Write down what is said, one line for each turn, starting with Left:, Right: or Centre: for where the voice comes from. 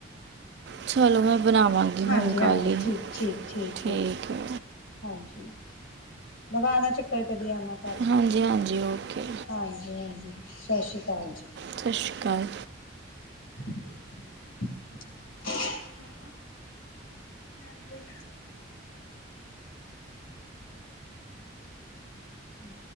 Right: ਚਲੋ, ਮੈਂ ਬਣਾਵਾਂਗੀ,
Left: ਹਾਂਜੀ-ਹਾਂਜੀ,
Right: ਹੁਣ ਕੱਲ ਹੀ
Left: ਠੀਕ-ਠੀਕ,
Right: ਠੀਕ
Left: ਏ
Right: ਹੈ।
Left: ਹਾਂਜੀ ਲਗਾਉਣਾ, ਚੱਕਰ ਕਦੀ ਆਣਾ।
Right: ਹਾਂਜੀ -ਹਾਂਜੀ ਓਕੇ।
Left: ਹਾਂਜੀ -ਹਾਂਜੀ, ਸਤਿ ਸ਼੍ਰੀ ਅਕਾਲ ਜੀ।
Right: ਸਤਿ ਸ਼੍ਰੀ ਅਕਾਲ।
Left: <unintelligible> ਮੈ, ਤੇਈ। ਹੂੰ।